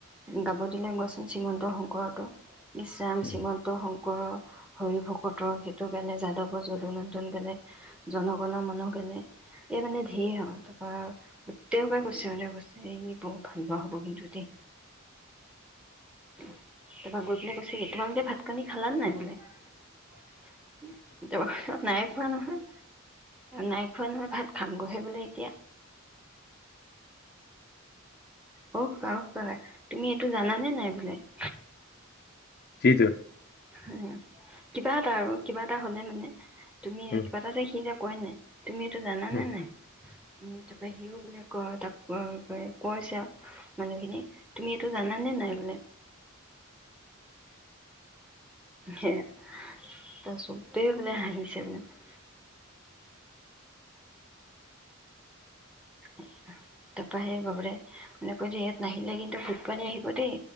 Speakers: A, in the centre; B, on the left (about 50°).
A: গাব দিলে মই চোন চীমন্ত শংকৰটো, ইছৰাম
B: উম
A: শ্ৰীমন্ত শংকৰ হৰি ভকতৰ, সেইটো কেনে, যাদৱৰ যদু নন্দন, কেনে জনগণৰ মন কেনে, এই মানে ঢে আউ তাপা, গোটটে সোপাই কৈছে আউ কৈছে এ বহুত ভালপোৱা হ'ব কিন্তু দেই। <unintelligible> <inaudible> তাপা গৈ পেলায় কৈছে কি তোমালোকে ভাত কানি খালান নাই বোলে? <unintelligible> নাই খোৱা নহয়, নাই খোৱা নহয় ভাত খাম গ'হে বোলে এতিয়া। অওকা, অওকা তুমি এইটো জানানে নাই বোলে? <inaudible>
B: যিটো
A: হেয়া। কিবা এটা আৰু কিবা পা হ'লে মানে, তুমি
B: উম
A: কিবা এটা যে সি যে কয় নাই? তুমি এইটো জানানে
B: উম,
A: নাই? উম তাপা সিও বুলি কয় তাক কোৱা পাই কৈছ আউ, মানুহখিনি, তুমি এইটো জানানে নাই বোলে? হেহ <inaudible> ত চবেই বোলে হাৰিছে মোক <inaudible> <inaudible> তাপা সহে বাবুৰে, মানে কৈ যে ইয়াত নাহিলে কিন্তু ভূত পোৱালী আহিব দেই,